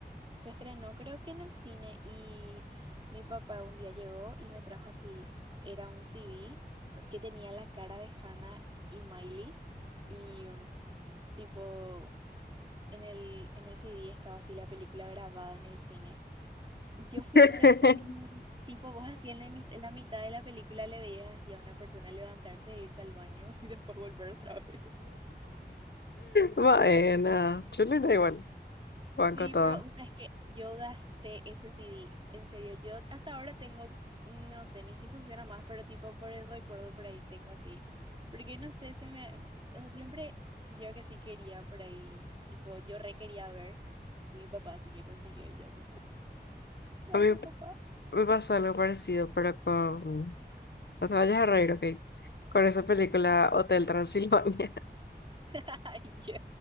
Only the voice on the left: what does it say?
<laughs>
Bueno, chulo era igual, banco
todo.
A
mí
me pasó algo parecido, pero con No te vayas a reír, ok. Con esa película Hotel Transilvania.